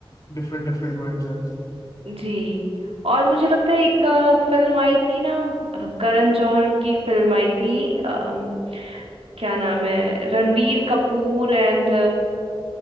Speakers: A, on the left; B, on the right.
A: डिफरेंट डिफरेंट वर्ड्स हैं
B: जी और मुझे लगता है एक फिल्म आई थी ना अ, करण जौहर की फिल्म आई थी अम, क्या नाम है रणवीर कपूर एंड